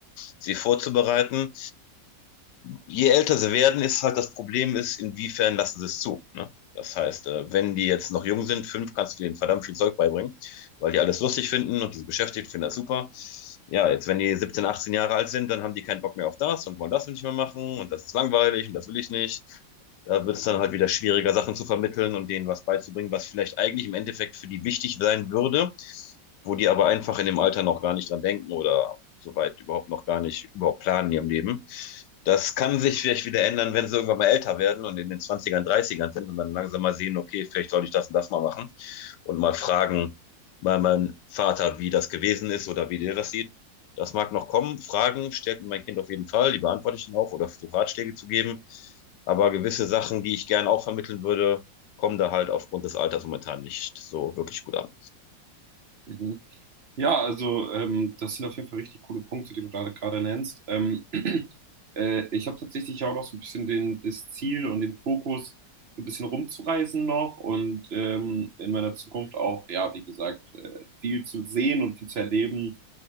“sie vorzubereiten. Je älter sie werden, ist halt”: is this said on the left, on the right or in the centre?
Left